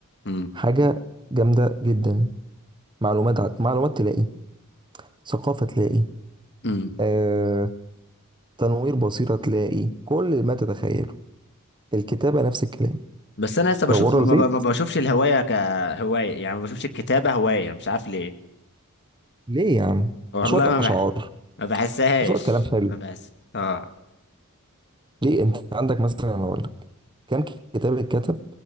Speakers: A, on the left; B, on the right.
A: امم
B: حاجة جامدة جدا معلومات عت... معلومات تلاقي ثقافة تلاقي
A: امم
B: آه... تنوير بصيرة تلاقي كل ما تتخيله الكتابة نفس الكلام
A: بس انا لسه بشوف
B: لو بره
A: ما,
B: البيت
A: ب... ما بشوفش الهوايه كهوايه يعني ما بشوفش الكتابه هوايه مش عارف ليه
B: ليه يا عم
A: والله
B: شوية
A: ما ما
B: أشعار
A: ما بحسهاش
B: شوية كلام حلو
A: ما بحس اه
B: ليه انت عندك مثلا انا اقول لك كام كتاب اتكتب